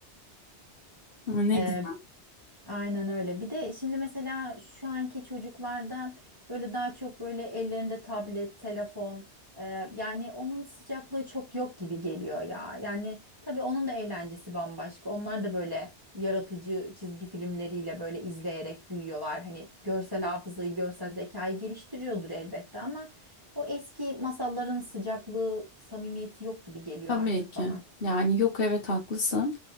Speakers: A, on the left; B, on the right.
A: Ne
B: Ee,
A: güzel.
B: Aynen öyle. Bir de şimdi mesela şu anki çocuklarda böyle daha çok böyle ellerinde tablet, telefon e, yani onun sıcaklığı çok yok gibi geliyor ya. Yani tabii onun da eğlencesi bambaşka. Onlar da böyle yaratıcı çizgi filmleriyle böyle izleyerek büyüyorlar. Hani görsel hafızayı, görsel zekayı geliştiriyordur elbette ama o eski masalların sıcaklığı, samimiyeti yok gibi geliyor
A: Tabii
B: artık
A: ki.
B: bana.
A: Yani yok evet haklısın